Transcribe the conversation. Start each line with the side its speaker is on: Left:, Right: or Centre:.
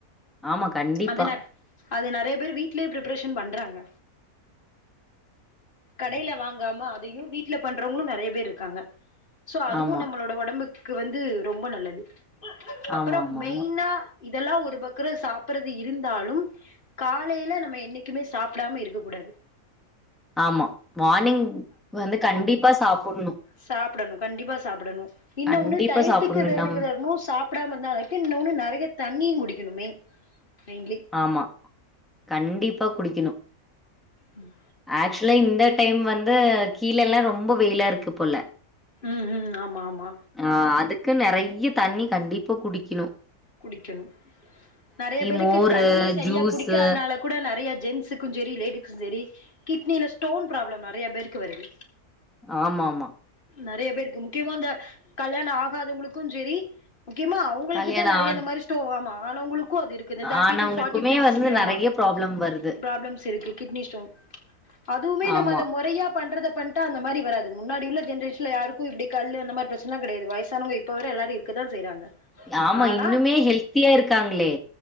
Centre: ஆமா, கண்டிப்பா.
Left: அத நெற் அது நெறைய பேரு வீட்லே ப்ரிப் புரேஷன் பண்றாங்க கடைல வாங்காம அதையு வீட்ல பண்றவங்களு நெறைய பேர் இருக்காங்க சோ அதுவு
Centre: ஆமா.
Left: நம்மளோட ஒடம்புக்கு வந்து ரொம்ப நல்லது அப்புறம்
Centre: ஆமாமாமா.
Left: மெய்னா இதெல்லா ஒரு பக்குற சாப்புறது இருந்தாலும் காலையில நம்ம எண்ணிக் குமே சாப்டாம இருக்க கூடாது
Centre: ஆமா மார்னிங் வந்து கண்டிப்பா சாப்புட்ணு
Left: சாப்புடணு கண்டிப்பா சாப்புடணு இன்னு
Centre: கண்டிப்பா
Left: ஒன்னு டயத்துக்கு
Centre: சாப்புட்ணும்.
Left: வேணுங்குற
Centre: நம்
Left: நேர்மு சாப் சாப்டாம இருந்தா அது இன்னொன்னு நெறைய தண்ணியு குடிக்கணுமே மெய்ன்லி
Centre: ஆமா கண்டிப்பா குடிக்கணு
Left: ம்
Centre: ஆக்சுலா இந்த டைம் வந்து கீழலலா ரொம்ப வெயிலா இருக்கு போல
Left: ம் ம் ஆமா ஆமா
Centre: ஆ அதுக்கு நெறைய தண்ணி கண்டிப்பா குடிக்குணு
Left: குடிக்கணு நெறைய பேருக்கு
Centre: மோரு,
Left: தண்ணி சரியா
Centre: ஜூஸு
Left: குடிக்காதனால கூட நெறைய ஜென்ஸுக்கு சரி லேடிஸ்க்கு சரி கிட்னில ஸ்டோன் பிராப்ளம் நெறைய பேருக்கு வருது
Centre: ஆமாம்மா
Left: நெறைய பேருக்கு முக்கியமா இந்த கல்யாணோ ஆகாதவுங்குளுக்கு செரி முக்கியமா அவுங்
Centre: கல்யாண ஆன்
Left: இந்த ஸ்டோ ஆமா ஆனவுங்குளுக்கு அது இருக்குது தேட்டி
Centre: ஆனவங்களுக்குமே
Left: டூ ஃபாட்டி பிளஸ்ஸு
Centre: வந்து
Left: ஆமா
Centre: நெறைய ப்ராப்ளம் வருது.
Left: பிராப்ளம்ஸ் இருக்கு கிட்னி ஸ்டோன் அதுவுமே நம்ம
Centre: ஆமா.
Left: அத மொறையா பண்றத பண்ட்டா அந்த மாரி வராது முன்னாடி உள்ள ஜென்ரேஷ்ல யாருக்கு இப்டி கல்லு அந்த மாரி பிரச்னலா கெடையாது வய்சானவ்ங்க இப் போ வர எல்லாரு இருக்கதா செய்றாங்க
Centre: யாமா
Left: ஆனா
Centre: இன்னுமே ஹெல்த்தியா இருக்காங்ளே